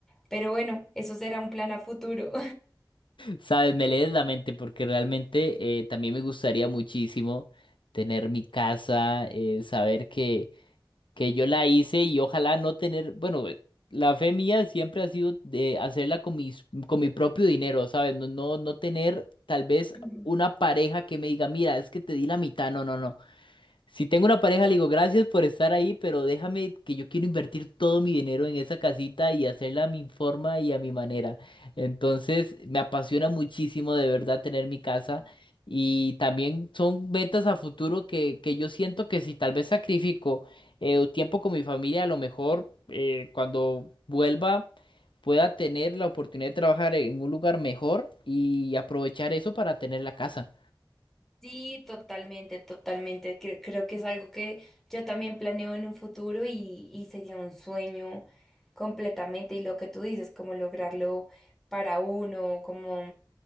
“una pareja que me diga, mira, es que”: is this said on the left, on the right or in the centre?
Left